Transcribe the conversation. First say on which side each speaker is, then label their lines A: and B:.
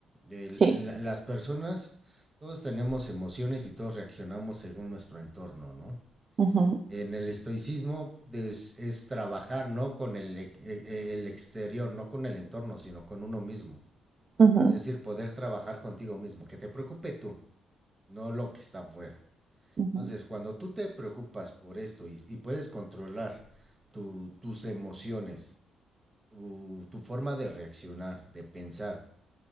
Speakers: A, on the right; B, on the right.
A: el,
B: Sí.
A: la, las personas, todos tenemos emociones y todos reaccionamos según nuestro entorno, ¿no?
B: Ujú,
A: En el estoicismo es, es trabajar no con el, e- e- el exterior, no con el entorno, sino con uno mismo.
B: ujú,
A: Es decir, poder trabajar contigo mismo, que te preocupe tú, no lo que está afuera.
B: ujú.
A: Entonces, cuando tú te preocupas por esto y, y puedes controlar tu- tus emociones, tu, tu forma de reaccionar, de pensar,